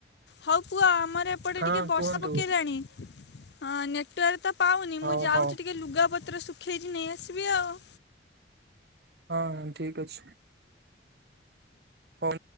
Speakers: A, on the left (about 70°); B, on the right (about 60°).
A: ହଉ କୁ ଆମନ- ଏପଟେ
B: ହଁ
A: ଟିକେ ବର୍ଷା
B: କୁହନ୍ତୁ
A: ପକେଇଲାଣି- ହଁ ନେଟୱର୍କ ତ ପାଉନି
B: ହଉ
A: ମୁଁ ଯାଉଛି
B: ହଉ।
A: ଟିକେ ଲୁଗାପ ପତ୍ର ଶୁଖେଇଛି ନେଇ ଆସିବି ଆଉ
B: ହଁ ଠିକ ଅଛି ହ